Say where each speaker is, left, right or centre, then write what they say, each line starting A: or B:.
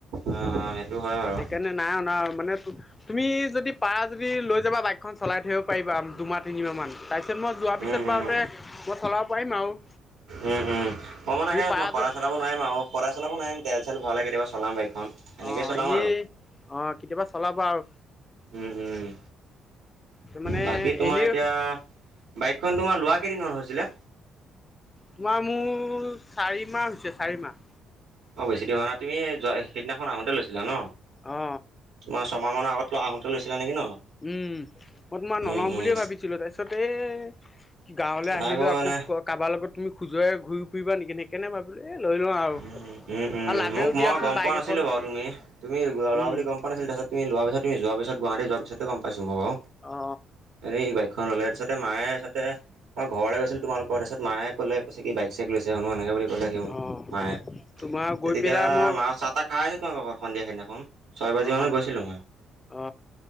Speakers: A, on the right (about 75°); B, on the left (about 25°).
A: অ সেইটো হয় বাৰু
B: সেইকাৰণে নাই অনা মানে তুমি যদি পাৰা যদি লৈ যাবা বাইকখন চলাই থাকিব পাৰিবা দুমাহ তিনিমাহ মান তাৰপিছত মই যোৱাৰ পিছত
A: উম উম
B: বাৰুতে মই চলাব পাৰিম আৰু
A: উম উম মই মানে
B: তুমি
A: সেই
B: পাৰা
A: মই সদায়
B: যদি
A: চলাব নোৱাৰিম আৰু সদায় চলাব নোৱাৰিম তেল চেল ভৰালে কেতিয়াবা চলাম বাইক এনেকে
B: অ
A: চলাম
B: এনেই
A: আৰু
B: অ কেতিয়াবা চলাবা আৰু
A: উম
B: তাৰ মানে
A: বাকী তোমাৰ
B: এনেই
A: এতিয়া বাইকখন তোমাৰ লোৱা কেইদিনমান হৈছিলে
B: তোমাৰ মোৰ চাৰি মাহ হৈছে চাৰি মাহ
A: অ বেছি দিন হোৱা নাই তুমি সেইদিনাখন আহোতে লৈছিলা ন
B: অ
A: তোমাৰ ছমাহৰ আগত লোৱা আহোঁতে লৈছিলা নেকি ন
B: উম মই তোমাৰ নলওঁ
A: উম উম
B: বুলিয়ে ভাবিছিলো তাৰপিছতে এ গাঁৱলৈ
A: নাই
B: আহিলো আকৌ
A: এনে
B: কাৰোবাৰ লগত তুমি খোজুৱাই ঘূৰি ফুৰিবা নেকি সেইকাৰনে ভাবিলো এ লৈ লওঁ আৰু
A: উ উম উম
B: আৰু লাগেও
A: মোক
B: দিয়াচোন
A: মই গম
B: বাইক
A: পোৱা নাছিলো
B: এখন
A: বাৰু তুমি তুমি লোৱা
B: উম
A: বুলি গম পোৱা নাছিলো তাৰ পিছত তুমি ল পিছত তুমি যোৱাৰ পিছত, গুৱাহাটী যোৱাৰ পিছতে গম পাইছো মই বাৰু।
B: অ
A: এ এই বাইকখন ল'লে তাৰপিছত মায়ে মই ঘৰলৈ গৈছিলো তোমালোকৰ, তাৰপিছ মায়ে কলে, কৈছে কি বাইক-চাইক লৈছে শুনো এনে বুলি ক'লে মোক
B: অ
A: মায়ে
B: তোমাৰ গৈ
A: তেতিয়া
B: পেলাই মই
A: মা চাহ তাহ খাই <unintelligible> সন্ধিয়া সেইদিনাখন, ছয় বাজি
B: অ
A: মানত গৈছিলো মই।
B: অ